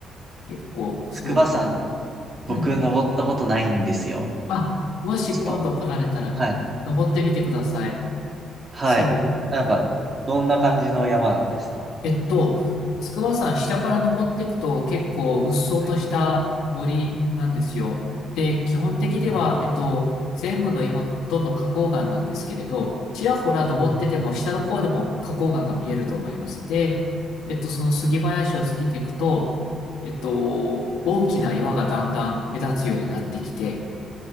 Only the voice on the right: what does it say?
筑波山、僕、
登ったことないんですよ。
ちょっと。はい。
はい。
なんか、どんな感じの山なんですか
はい。
あ
うん